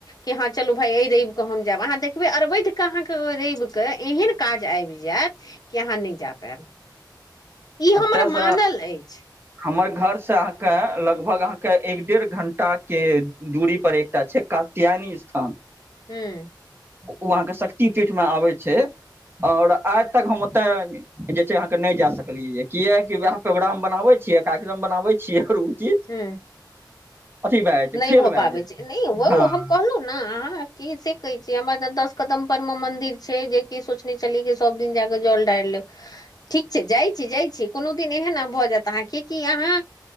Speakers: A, on the left; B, on the right.
A: कि हँ चलू भाय ए रव कऽ हम। जब अहाँ देखबै अरवैदिक अहाँके रविके एहन काज आबि जायत। य आहाँ नहि जा पायब। ई हमर
B: तऽसँ
A: मानल अछि
B: हमर घर से अहाँके लगभग अहाँके एक डेढ़ घंटा के दूरी पर एकटा छै आहा क द्यानी स्थान।
A: हू <unintelligible>
B: ओ अहाँके शक्ति पीठमे आबै छै। और आज तक हम ओते जे छै अहाँ के नहि जा सक कहलिय किएकी वएह प्रोग्राम बनाबे छीयै कार्यक्रम बनाबे छियै। चीज
A: हू।
B: अथी भए जाइ छै
A: नहि
B: फेल
A: भऽ
B: भए
A: पाबै
B: जाइ
A: छै नहि ओ
B: हँ
A: हम कहलहुँ ने अहाँ के से कहै छियै हमर ज दस कदम पर मे मंदिर छै जेकि सोचने छलीै सब दिन जाके जल ढारि लेब। ठीक छै जाइ छी जाइ छी कोनो दिन एहन ने भऽ जायत अहाँके कि अहाँ।